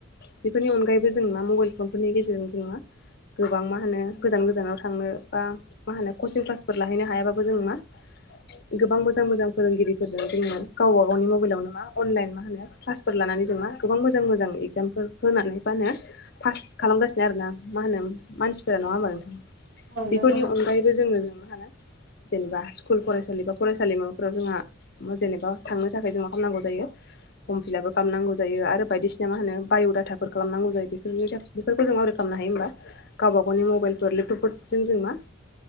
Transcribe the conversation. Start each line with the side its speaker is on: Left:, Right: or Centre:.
Left: बेफोरनि अनगायैबो जोंनाा मबाइल फनफोरनि गेजेरजों जोंना गोबां मा होनो गोजान गोजानाव थांनो बा मा होनो कचिं क्लासफोर लाहैनो हायाबाबो जों मा गोबां मोजां मोजां फोरोंगिरिफोरजोंनो जोङो गावबा गावनि मबाइलावनो मा अनलाइन मा होनो क्लासफोर लानानै जों मा गोबां मोजां मोजां इगजामफोर होनानै फानो पास खालामगासिनो आरोना मा होनो मानसिफोरा नङा होमबा नोंथां
Right: औ
Left: बेफोरनि
Right: नंगौ नोंथां
Left: अनगायैबो जोङो जोंनो हला जेनेबा स्कुल फरायसालि बा फरायसालिमाफोराव जोंहा जेनेबा थांनो थाखाय जों खालामनांगौ जायो फर्म फिलापबो खालामनांगौ जायो आरो बायदिसिना मा होनो बाय'डाटाफोर खालामनांगौ जायो बेफोरनि थाखाय बेफोरखौ जों मावरि खालामनो हायो होमबा गावबा गावनि मबाइलफोर लेपटपफोरजों जों मा